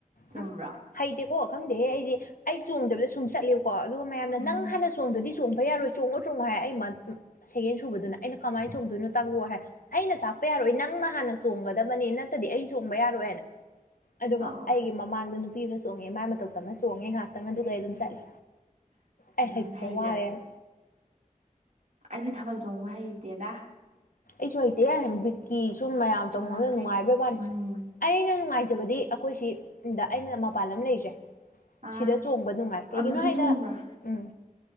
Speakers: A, on the right; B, on the left.
A: ꯆꯨꯝꯕ꯭ꯔꯣ
B: ꯎꯝ ꯍꯩꯇꯦꯀꯣ ꯈꯪꯗꯦꯍꯦ ꯑꯩꯗꯤ ꯑꯩ ꯆꯣꯡꯗꯕꯤꯗ ꯁꯨꯝ ꯆꯠꯂꯦꯕꯀꯣ ꯑꯗꯨ ꯃꯌꯥꯝꯅ
A: ꯎꯝ
B: ꯅꯪ ꯍꯥꯟꯅ ꯆꯣꯡꯗꯗꯤ ꯆꯣꯡꯕ ꯌꯥꯔꯣꯏ ꯆꯣꯡꯉꯣ ꯆꯣꯡꯉꯣ ꯍꯥꯏ ꯑꯩ ꯃ ꯁꯦꯀꯦꯟ ꯁꯨꯕꯗꯨꯅ ꯑꯩꯅ ꯀꯃꯥꯏꯅ ꯆꯣꯡꯗꯣꯏꯅꯣ ꯇꯥꯛꯂꯛꯑꯣ ꯍꯥꯏ ꯑꯩꯅ ꯇꯥꯛꯄ ꯌꯥꯔꯣꯏ ꯅꯪꯅ ꯍꯥꯟꯅ ꯆꯣꯡꯒꯗꯕꯅꯤ ꯅꯠꯇꯗꯤ ꯑꯩꯅ ꯆꯣꯡꯕ ꯌꯥꯔꯣꯏꯅ ꯑꯗꯨꯒ
A: ꯑꯧ
B: ꯑꯩꯒꯤ ꯃꯃꯥꯡꯗ ꯅꯨꯄꯤꯗꯨꯅ ꯆꯣꯡꯉꯦ ꯃꯥꯏ ꯃꯇꯧꯇꯝꯃ ꯆꯣꯡꯉꯦ ꯉꯥꯏꯍꯥꯛꯇꯪ ꯑꯗꯨꯒ ꯑꯩ ꯑꯗꯨꯝ ꯆꯠꯂꯦ ꯑꯩ
A: ꯑꯗꯨꯝ
B: ꯍꯩꯇ꯭ꯔꯦ
A: ꯍꯩꯈ꯭ꯔꯦ
B: ꯋꯥꯔꯦꯅ
A: ꯑꯩꯗꯤ ꯊꯥꯕꯜ ꯆꯣꯡꯕ ꯍꯩꯇꯦꯗ
B: ꯑꯩꯁꯨ ꯍꯩꯇꯦꯍꯦ ꯕꯤꯠꯀꯤ ꯁꯨꯝ ꯃꯌꯥꯝ
A: ꯆꯣꯡꯉꯛꯇ꯭ꯔꯤ
B: ꯇꯧꯅꯕꯗꯨ ꯅꯨꯡꯉꯥꯏꯕꯩ ꯋꯥꯅꯤ
A: ꯎꯝ
B: ꯑꯩꯅ ꯅꯨꯡꯉꯥꯏꯖꯕꯗꯤ ꯑꯩꯈꯣꯏꯁꯤꯗ ꯑꯩꯅ ꯃꯄꯥꯟ ꯂꯝ ꯂꯩꯖꯦ
A: ꯑꯥ
B: ꯁꯤꯗ ꯆꯣꯡꯕ ꯅꯨꯡꯉꯥꯏ ꯀꯩꯒꯤꯅꯣ
A: ꯑꯗꯨꯁꯨ
B: ꯍꯥꯏꯗ
A: ꯆꯣꯡꯕ꯭ꯔꯥ
B: ꯎꯝ